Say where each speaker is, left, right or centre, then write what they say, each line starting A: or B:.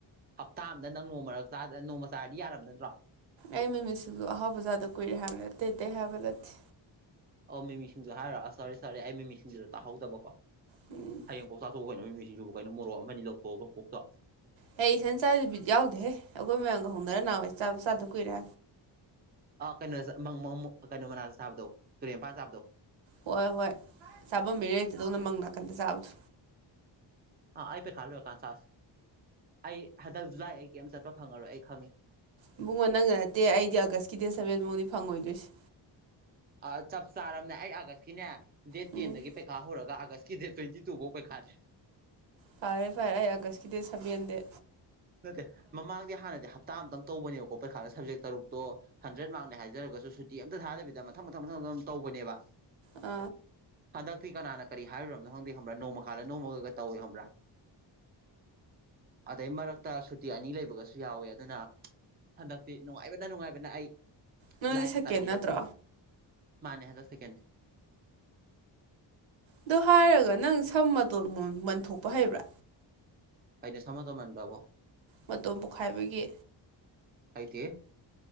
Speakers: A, on the right (about 20°); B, on the right (about 80°).
A: ꯍꯞꯇꯥ ꯑꯝꯗ ꯅꯪ ꯅꯣꯡꯃ ꯃꯔ ꯅꯣꯡꯃ ꯆꯥꯔꯗꯤ ꯌꯥꯔꯝ ꯅꯠꯇ꯭ꯔꯣ
B: ꯑꯩ ꯃꯃꯤꯁꯤꯁꯨ ꯑꯍꯥꯎꯕ ꯖꯥꯗ ꯀꯨꯏꯔꯦ ꯍꯥꯏꯕ ꯂꯩꯇꯩ ꯑꯇꯩ ꯍꯥꯏꯕ ꯂꯩꯠꯇꯦ
A: ꯑꯣ ꯃꯤꯃꯤꯁꯤꯡꯖ ꯍꯥꯏꯔꯛꯑꯣ ꯆꯔꯦ ꯆꯔꯦ ꯑꯩ ꯃꯤꯃꯤꯁꯤꯡꯗꯨꯗ ꯇꯥꯍꯧꯗꯕꯀꯣ
B: ꯎꯝ
A: ꯍꯌꯦꯡ ꯀꯣꯛ ꯆꯥꯊꯣꯛꯎ ꯀꯩꯅꯣ ꯃꯤꯁꯤꯡꯁꯤꯕꯨ ꯀꯩꯅꯣ ꯃꯣꯔꯣꯛ ꯑꯃꯅꯤ ꯑ ꯂꯧꯊꯣꯛꯑꯒ ꯀꯣꯛꯇ
B: ꯍ ꯏꯅ ꯆꯥꯗꯤꯕꯤ ꯌꯥꯎꯗꯦ ꯑꯩꯈꯣꯏ ꯃꯌꯥꯝꯒ ꯍꯣꯡꯅꯔ ꯅꯥꯋꯥꯏ ꯆꯥꯗꯕ ꯀꯨꯏꯔꯦ
A: ꯀꯩꯅꯣ ꯀꯩꯅꯣ ꯃꯅꯥ ꯆꯥꯕꯗꯣ ꯇꯨꯔꯦꯟ ꯃꯄꯥꯟ ꯆꯥꯕꯗꯣ
B: ꯍꯣꯏ ꯍꯣꯏ ꯆꯥꯐꯝꯕꯤꯔꯦ ꯑꯗꯨꯗꯧꯅ ꯃꯪ ꯅꯥꯀꯟꯗ ꯆꯥꯕꯗꯣ
A: ꯑꯥ ꯑꯩ ꯄꯦ ꯈꯥꯂꯨ ꯀꯥꯟ ꯁꯥꯁ ꯑꯩ ꯍꯟꯗꯛ ꯖꯨꯂꯥꯏ ꯑꯩ ꯀ ꯑꯃ ꯆꯠꯄ ꯐꯪꯉꯔꯣꯏ ꯑꯩ ꯈꯪꯉꯤ
B: ꯏꯕꯨꯡꯉꯣ ꯅꯪꯒ ꯅꯠꯇꯦ ꯑꯩꯗꯤ ꯑꯥꯒꯁꯀꯤ ꯗꯦꯠ ꯁꯚꯦꯟꯃꯨꯛꯗꯤ ꯐꯪꯉꯣꯏꯗꯣꯏꯁ
A: ꯑ ꯆꯞ ꯆꯥꯔꯕꯅꯦ ꯑꯩ ꯑꯥꯒꯁꯀꯤꯅꯦ ꯗꯦꯠ
B: ꯎꯝ
A: ꯇꯦꯟꯗꯒꯤ ꯄꯩꯈꯥ ꯍꯧꯔꯒ ꯑꯥꯒꯁ ꯀꯊꯦ ꯇ꯭ꯋꯦꯟꯇꯤ ꯇꯨꯕꯨ ꯄꯦ ꯈꯥꯗꯦ
B: ꯐꯔꯦ ꯐꯔꯦ ꯑꯩ ꯑꯒꯁꯀꯤꯗꯤ ꯁ ꯑꯗꯦ
A: ꯅꯠꯇꯦ ꯃꯃꯥꯡꯗꯤ ꯍꯥꯟꯅꯗꯤ ꯍꯞꯇꯥ ꯑꯃꯇꯪ ꯇꯧꯕꯅꯦꯕꯀꯣ ꯄꯩꯈꯥꯗ ꯁꯕꯖꯦꯛ ꯇꯔꯨꯛ ꯇꯣ ꯍꯟꯗ꯭ꯔꯦꯠ ꯃꯥꯔꯛꯅꯦ ꯍꯥꯏꯖꯔꯒꯁꯨ ꯁꯨꯇꯤ ꯑꯝꯇ ꯊꯥꯗꯕꯤꯗ ꯃꯊꯪ ꯃꯊꯪ ꯃꯊꯪ ꯃꯊꯝ ꯇꯧꯕꯅꯦꯕ
B: ꯑ
A: ꯍꯟꯗꯛꯇꯤ ꯀꯅꯥꯅ ꯀꯔꯤ ꯍꯥꯏꯔꯨꯨꯔꯕꯅꯣ ꯈꯪꯗꯦ ꯈꯪꯕ꯭ꯔ ꯅꯣꯡꯃ ꯈꯥꯜꯂ ꯅꯣꯡꯃꯒ ꯇꯧꯏꯦ ꯈꯪꯕ꯭ꯔ ꯑꯗꯩ ꯃꯔꯛ ꯇ ꯁꯨꯇꯤ ꯑꯅꯤ ꯂꯩꯕꯒꯁꯨ ꯌꯥꯎꯋꯦ ꯑꯗꯨꯅ ꯍꯟꯗꯛꯇꯤ ꯅꯨꯡꯉꯥꯏꯕꯅ ꯅꯨꯡꯉꯥꯏꯕꯅ ꯑꯩ
B: ꯅꯪꯗꯤ
A: ꯂꯥꯏꯅ
B: ꯁꯦꯀꯦꯟ
A: ꯆꯥꯟꯕꯤꯔꯕꯅꯤ
B: ꯅꯠꯇ꯭ꯔꯣ
A: ꯃꯥꯅꯦ ꯍꯥꯏꯗ ꯁꯦꯀꯦꯟꯅꯤ
B: ꯑꯗꯣ ꯍꯥꯏꯔꯒ ꯅꯪ ꯁꯝ ꯃꯇꯣꯟ ꯃꯟꯊꯣꯛꯄ ꯍꯩꯕ꯭ꯔ
A: ꯀꯩꯅꫭ ꯁꯝꯃꯇꫭꯟ ꯃꯟꯕꯕꯣ
B: ꯃꯇꯣꯟ ꯄꯣꯛꯈꯥꯏꯕꯒꯤ
A: ꯍꯩꯇꯦꯍꯦ